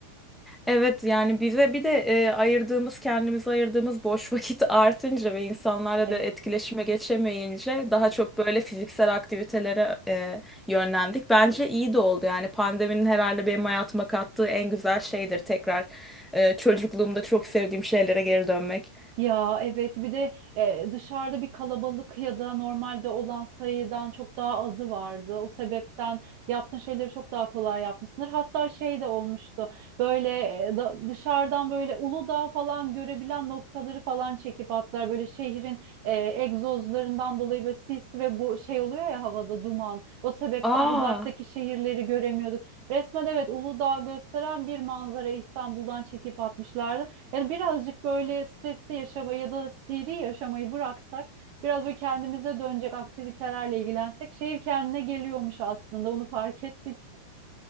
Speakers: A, in the centre; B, on the right.
A: Evet yani bize bir de e, ayırdığımız kendimize ayırdığımız boş vakit <laughs> artınca ve insanlarla
B: Evet.
A: da etkileşime geçemeyince daha çok böyle fiziksel aktivitelere e, yönlendik. Bence iyi de oldu yani pandeminin herhalde benim hayatıma kattığı en güzel şeydir tekrar e, çocukluğumda çok sevdiğim şeylere geri dönmek.
B: Ya evet bir de e, dışarıda bir kalabalık ya da normalde olan sayıdan çok daha azı vardı. O sebepten yaptığın şeyleri çok daha kolay yapmışsındır. Hatta şey de olmuştu böyle e, da, dışarıdan böyle Uludağ falan görebilen noktaları falan çekip atlar. Böyle şehrin e, egzozlarından dolayı böyle sis ve bu şey oluyor ya havada duman. O sebepten
A: Aa
B: uzaktaki şehirleri göremiyorduk. Resmen evet Uludağ gösteren bir manzara İstanbul'dan çekip atmışlardı. Yani birazcık böyle stresli yaşamayı ya da seri yaşamayı bıraksak, biraz böyle kendimize dönecek aktivitelerle ilgilensek şehir kendine geliyormuş aslında onu fark ettik.